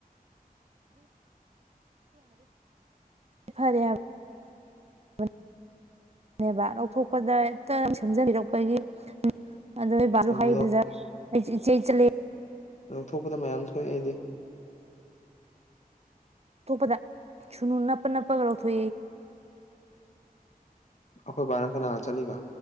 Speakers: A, on the right; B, on the left.
A: ꯐꯔꯦꯕꯅꯦꯕ ꯂꯧꯊꯣꯛꯄꯗ ꯍꯦꯛꯇ ꯁꯦꯝꯖꯟꯕꯤꯔꯛꯄꯒꯤ ꯑꯗꯨꯗ ꯕꯥ
B: ꯑꯗꯨꯗꯣ
A: ꯍꯕꯗ ꯆꯩ ꯆꯂ
B: ꯂꯧꯊꯣꯛꯄꯗ ꯃꯌꯥꯝ ꯊꯣꯛꯑꯦ ꯑꯩꯗꯤ
A: ꯇꯨ ꯄꯇꯥ ꯁꯨꯅꯨ ꯅꯄ ꯅ ꯄꯒꯧꯊ
B: ꯑꯩꯈꯣꯏ ꯕꯥꯔ ꯀꯅꯥꯒ ꯆꯠꯂꯤꯕ